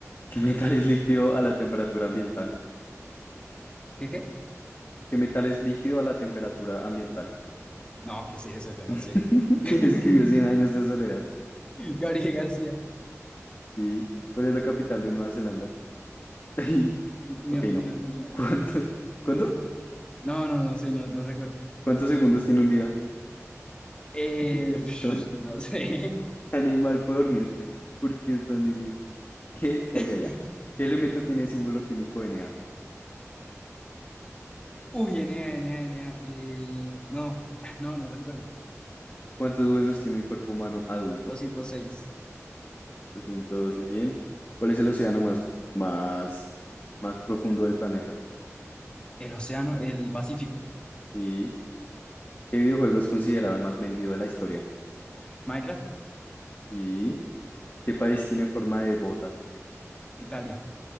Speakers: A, on the left; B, on the left.
A: ¿Qué metal es líquido a la temperatura ambiental?
B: <laughs> ¿Qué, qué?
A: ¿Qué metal es líquido a la temperatura ambiental?
B: No, ¿qué es eso? Yo no
A: <laughs>
B: sé. <laughs>
A: ¿Quién escribió Cien años de soledad?
B: Gabriel García.
A: Sí. ¿Cuál es la capital de Nueva Zelanda? <laughs>
B: Ni-
A: Ok, no.
B: ni- ni-
A: ¿Cuánto? ¿Cuánto?
B: No, no, no sé, no, no recuerdo.
A: ¿Cuántos segundos tiene un día?
B: Eh,
A: <laughs>
B: <sniffs>
A: Perdón.
B: no sé.
A: Animal puede dormir. ¿Por qué es tan difícil? ¿Qué? Calla
B: <laughs>
A: ya. ¿Qué elemento tiene el símbolo químico Na?
B: Uy, Enea, Enea, Enea. eh, no, <sniffs> no, no recuerdo.
A: ¿Cuántos huesos tiene el cuerpo humano adulto?
B: doscientos seis
A: 212. Bien. ¿Cuál es el océano más, más, más profundo del planeta?
B: El océano, el Pacífico.
A: Sí. ¿Qué videojuego es considerado el más vendido de la historia?
B: Minecraft,
A: Sí. ¿Qué país tiene forma de bota?
B: Italia.